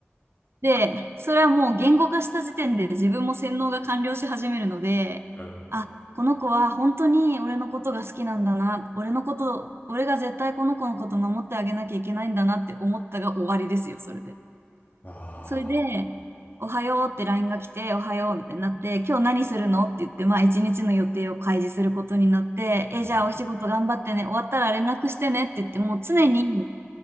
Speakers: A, on the right (about 60°); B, on the left (about 40°).
A: で、それはもう言語化した時点で自分も洗脳が完了し始めるので、
B: うん。
A: あ、この子は本当に俺のことが好きなんだな、俺のこと、俺が絶対この子のこと守ってあげなきゃいけないんだなって思ったが終わりですよ、それで。
B: ああ、
A: それで、おはようってラインが来て、おはようみたいになって、今日何するのって言って、まあ一日の予定を開示することになって、え、
B: うん。
A: じゃあお仕事頑張ってね、終わったら連絡してねって言って、もう常に